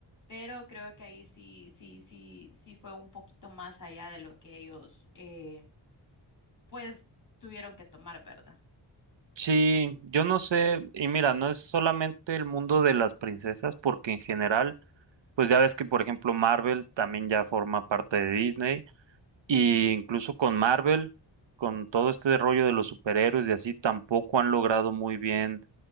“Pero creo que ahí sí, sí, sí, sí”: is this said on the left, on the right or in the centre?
Left